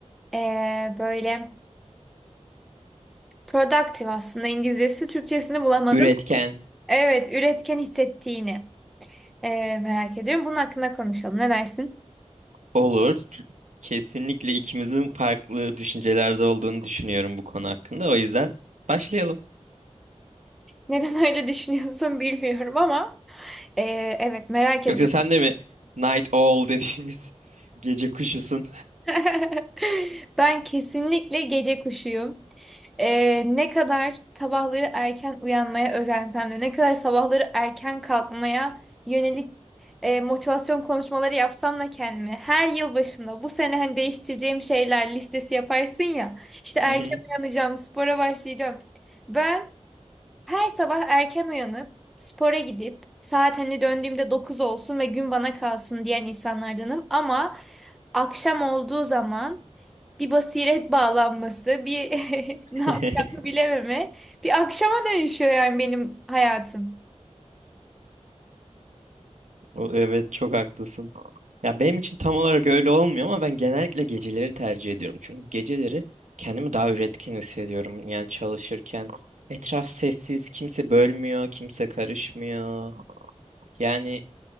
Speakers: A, in the centre; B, on the right.
A: e, böyle productive aslında İngilizcesi Türkçesini bulamadım.
B: Üretken
A: Evet üretken hissettiğini e, merak ediyorum. Bunun hakkında konuşalım ne dersin?
B: olur. Kesinlikle ikimizin farklı düşüncelerde olduğunu düşünüyorum bu konu hakkında. O yüzden başlayalım.
A: Neden <laughs> öyle düşünüyorsun bilmiyorum ama e, evet merak
B: Yoksa
A: ediyorum.
B: sen de mi Night Owl dediğimiz <laughs> gece kuşusun?
A: <laughs> Ben kesinlikle gece kuşuyum. Ee, ne kadar sabahları erken uyanmaya özensem de, ne kadar sabahları erken kalkmaya yönelik e, motivasyon konuşmaları yapsam da kendime, her yıl başında bu sene hani değiştireceğim şeyler listesi yaparsın ya, işte erken
B: Hı hı.
A: uyanacağım, spora başlayacağım. Ben her sabah erken uyanıp, spora gidip, saat hani döndüğümde 9 olsun ve gün bana kalsın diyen insanlardanım. Ama akşam olduğu zaman bir basiret bağlanması, bir <laughs>
B: <laughs>
A: ne yapacağımı bilememe, bir akşama dönüşüyor yani benim hayatım.
B: O- Evet, çok haklısın. Ya benim için tam olarak öyle olmuyor ama ben genellikle geceleri tercih ediyorum. Çünkü geceleri kendimi daha üretken hissediyorum. Yani çalışırken etraf sessiz, kimse bölmüyor, kimse karışmıyor. Yani